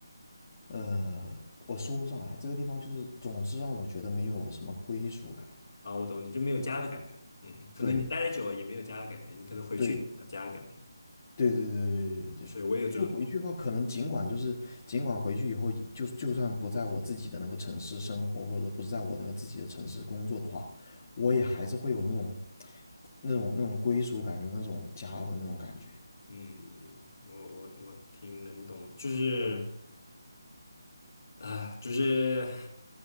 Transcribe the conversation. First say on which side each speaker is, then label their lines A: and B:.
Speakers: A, on the left (about 30°); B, on the left (about 55°).
A: 呃，我说不上来，这个地方就是总是让我觉得没有什么归属感。
B: 啊，我懂，你就没有家的感觉，嗯，可能你待的久了也没有家的感觉，
A: 对
B: 你可能回去有家的感觉，
A: 对，对对对对对对，
B: 是，我也有这种。
A: 就回去的话，可能尽管就是尽管回去以后，就就算不在我自己的那个城市生活，或者说不是在我那个自己的城市工作的话，我也还是会有那种那种那种归属感，有那种家的那种感觉，
B: 嗯，嗯嗯我我我挺能懂，就是啊、就是